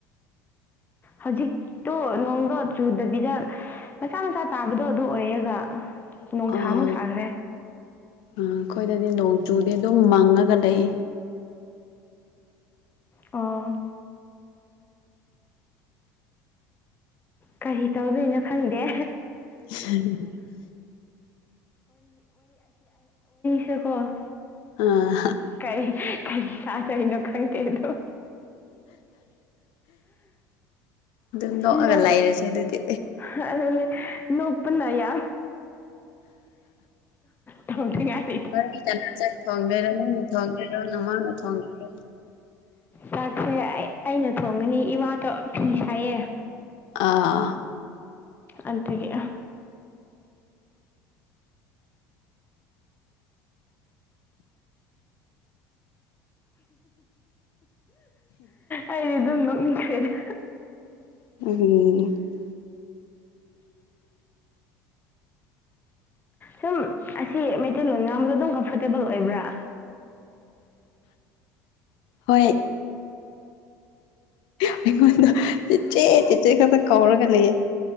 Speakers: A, on the left; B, on the left.
A: ꯍꯧꯖꯤꯛꯇꯣ ꯅꯣꯡꯗ ꯆꯨꯗꯕꯤꯗ ꯃꯆꯥ ꯃꯆꯥ ꯇꯥꯕꯗꯣ ꯑꯗꯨ ꯑꯣꯏꯔꯒ ꯅꯣꯡꯁꯥꯃꯨꯛ
B: ꯑ ꯎ
A: ꯁꯥꯈ꯭ꯔꯦ
B: ꯑꯩꯈꯣꯏꯗꯗꯤ ꯅꯣꯡ ꯁꯨꯗꯤ ꯑꯗꯨꯝ ꯃꯪꯉꯒ ꯂꯩ
A: ꯑ ꯀꯔꯤ ꯇꯧꯗꯦꯅꯣ ꯈꯪꯗꯦ
B: ꯎ
A: ꯁꯨꯀꯣ
B: ꯑꯥ
A: ꯀꯔꯤ ꯀꯔꯤ ꯁꯥꯗꯣꯏꯅꯣ ꯈꯪꯗꯦꯗꯣ
B: ꯑꯗꯨꯝ ꯅꯣꯛꯑꯒ
A: ꯅ ꯎ
B: ꯂꯩꯔꯁꯦ ꯑꯗꯨꯗꯤ
A: ꯍꯥꯏꯁꯦ ꯅꯣꯛ ꯄꯨꯅ ꯌꯥ ꯇꯧꯉꯥꯏ
B: ꯍꯣꯔ ꯀꯅꯥ ꯆꯠ ꯊꯣꯡꯗꯦꯔꯣ ꯅꯪꯅ ꯊꯣꯡꯗꯦꯔꯣ ꯅꯃꯥꯡꯅ ꯊꯣꯡꯗꯦꯔ
A: ꯆꯥꯛꯁꯦ ꯑꯩꯅ ꯊꯣꯡꯉꯅꯤ ꯏꯃꯥꯗꯣ ꯐꯤ ꯁꯥꯏꯌꯦ
B: ꯑꯥ
A: ꯑꯗꯨꯗꯒꯤ ꯑꯩꯗꯤ ꯑꯗꯨꯝ ꯅꯣꯛꯅꯤꯡꯈ꯭ꯔꯦꯅꯦ
B: ꯑꯗꯨ
A: ꯁꯨꯝ ꯑꯁꯤ ꯃꯩꯇꯩꯂꯣꯟ ꯉꯥꯡꯕꯗ ꯑꯗꯨꯝ ꯀꯝꯐꯣꯔꯇꯦꯕꯜ ꯑꯣꯏꯕ꯭ꯔꯥ
B: ꯍꯣꯏ ꯑꯩꯉꯣꯟꯗ ꯆꯤꯆꯦ ꯆꯤꯆꯦ ꯈꯛꯇ ꯀꯧꯔꯒ ꯂꯩꯌꯦ